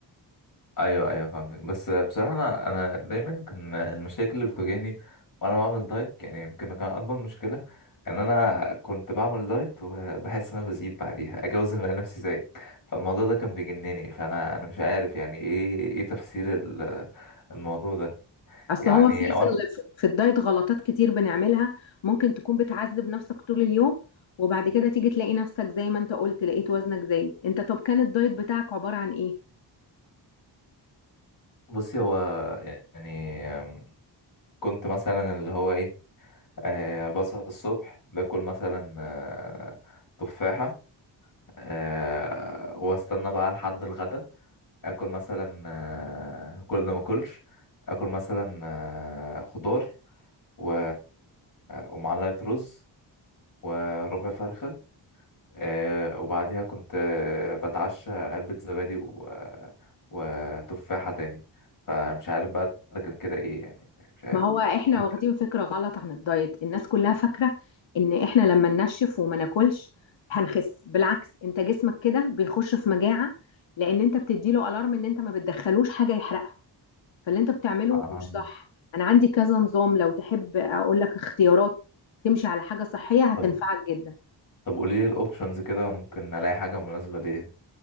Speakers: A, on the left; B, on the left.
A: ايوه ايوه فاهمك بس بصراحه انا انا دايما كان المشاكل اللي بتواجهني وانا بعمل دايت يعني يمكن كان اكبر مشكله ان انا كنت بعمل دايت وبحس ان انا بزيد بعديها اجي اوزن الاقي نفسي زايد فالموضوع ده كان بيجنني فانا انا مش عارف يعني ايه ايه تفسير ال- الموضوع ده
B: اصل
A: يعني
B: هو في
A: أو
B: في, ال-
A: أنا-
B: في الدايت غلطات كتير بنعملها ممكن تكون بتعذب نفسك طول اليوم وبعد كده تيجي تلاقي نفسك زي ما انت قلت لقيت وزنك زايد انت طب كان الدايت بتاعك عبارة عن ايه
A: بصي هو يعني كنت مثلا اللي هو ايه آه بصحى الصبح باكل مثلا آه تفاحه آه واستنى بقى لحد الغدا اكل مثلا آه، كل ده ما اكلش اكل مثلا آه، خضار و... ومعلقه رز وربع فرخه آه، وبعديها كنت آه، بتعشى علبه زبادي و... وتفاحه تاني فمش عارف بقى ده كان كده ايه يعني مش عارف
B: ما هو احنا
A: كنت
B: واخدين فكرة غلط عن الدايت الناس كلها فاكرة ان احنا لما ننشف وما ناكلش هنخس بالعكس انت جسمك كده بيخش في مجاعة لان انت بتديله الارم ان انت ما بتدخلوش حاجة يحرقها فاللي انت بتعمله
A: آه،
B: مش صح انا عندي كذا نظام لو تحب اقول لك اختيارات تمشي على حاجة صحية هتنفعك
A: طب
B: جدا
A: طب قولي لي الاوبشنز كده ممكن الاقي حاجه مناسبه ليا